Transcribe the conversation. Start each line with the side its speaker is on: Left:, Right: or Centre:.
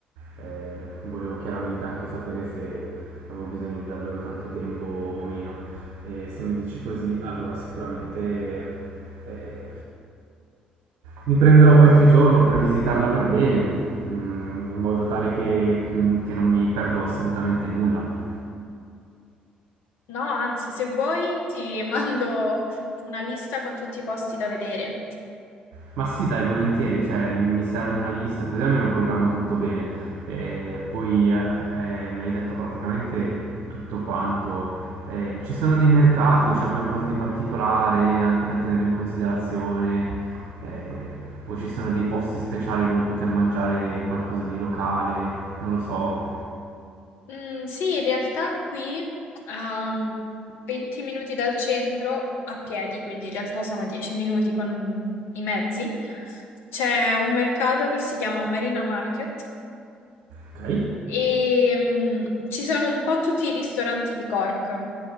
Right: eh, volevo chiaramente anche sapere se avevo bisogno di davvero tanto tempo o meno. E se mi dici così, allora sicuramente eh, mi prenderò qualche giorno per visitarla per bene, mm, in modo tale che che non mi perdo assolutamente nulla.
Left: No, anzi, se vuoi, ti <laughs> mando una lista con tutti i posti da vedere.
Right: Ma sì, dai, volentieri, cioè mi serve una lista, così almeno programmo tutto bene. E poi eh, eh, mi hai detto praticamente tutto quanto. Eh, ci sono dei mercati o c'è qualcosa di particolare anche da tenere in considerazione? Eh, o ci sono dei posti speciali dove poter mangiare qualcosa di locale? Non lo so.
Left: Mm, sì, in realtà qui a 20 minuti dal centro a piedi, quindi in realtà sono 10 minuti con i mezzi. C'è un mercato che si chiama Marina Market
Right: Ok,
Left: E mm, ci sono un po' tutti i ristoranti di Cork,